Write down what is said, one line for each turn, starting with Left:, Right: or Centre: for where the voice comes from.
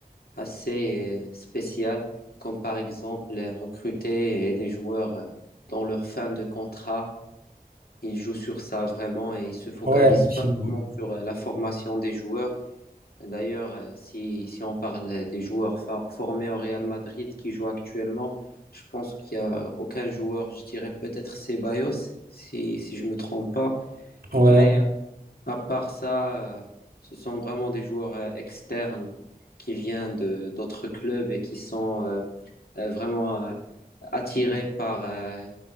Left: assez euh, spéciales, comme par exemple euh, recruter euh, des joueurs euh, dans leur fin de contrat. Ils jouent sur ça vraiment et ils se focalisent
Right: ouais, effectivement.
Left: pas vraiment sur euh, la formation des joueurs D'ailleurs, euh, si, si on parle des joueurs fa- formés au Real Madrid qui jouent actuellement, je pense qu'il n'y a aucun joueur, je dirais peut-être Ceballos, si, si je ne me trompe pas.
Right: Ouais,
Left: Mais euh, à part ça, euh, ce sont vraiment des joueurs euh, externes qui viennent de d'autres clubs et qui sont euh, euh, vraiment euh, attirés par euh,